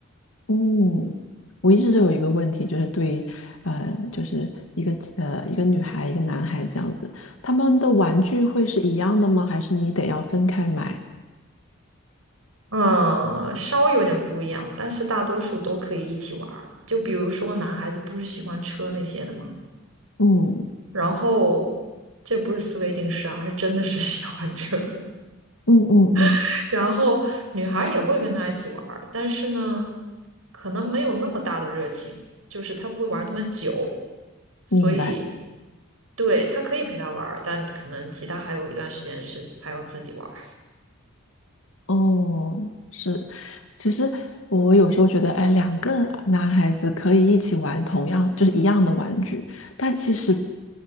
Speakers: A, on the left; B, on the right.
A: 嗯，我一直就有一个问题，就是对于呃，就是一个呃一个女孩一个男孩这样子，他们的玩具会是一样的吗？还是你得要分开买？
B: 嗯，稍微有点不一样，但是大多数都可以一起玩儿。就比如说，男孩子不是喜欢车那些的吗？
A: 嗯
B: 然后这不是思维定式啊，是真的是 <laughs> 喜欢车。
A: 嗯嗯嗯，
B: <laughs> 然后女孩儿也会跟他一起玩儿，但是呢，可能没有那么大的热情，就是他不会玩儿那么久，所以
A: 明白。
B: 对他可以陪他玩儿，但可能其他还有一段时间是他要自己玩儿。
A: 哦，是，其实我有时候觉得，哎，两个男孩子可以一起玩同样就是一样的玩具，但其实